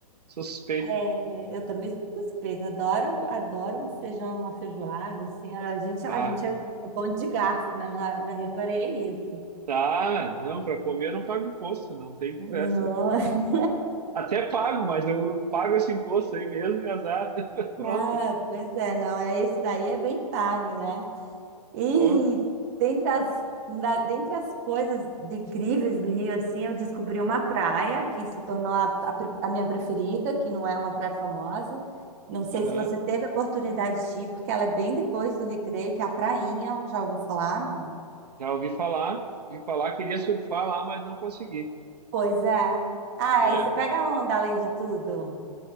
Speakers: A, on the right; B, on the right.
A: sou suspeito.
B: É, eu também sou suspeita, adoro, adoro um feijão, uma feijoada, assim, a gente, a
A: Ah,
B: gente é é bom de garfo, né? Já, já reparei isso.
A: tá, não, para comer eu não pago imposto, não tem conversa.
B: Não. <laughs>
A: Até pago, mas eu pago esse imposto aí mesmo e azar. <laughs> Pronto.
B: Ah, pois é, não, é esse daí é bem pago, né? E
A: Pô,
B: dentre as, da- dentre as coisas de- incríveis do Rio, assim, eu descobri uma praia que se tornou a, a pre- a minha preferida, que não é uma praia famosa. Não sei
A: aham.
B: se você teve a oportunidade de ir, porque ela é bem depois do Recreio, que é a Prainha, já ouviu falar, não?
A: Já ouvi falar, ouvi falar, queria surfar lá, mas não consegui.
B: Pois é. Ah,
A: É,
B: isso pega onda além de tudo.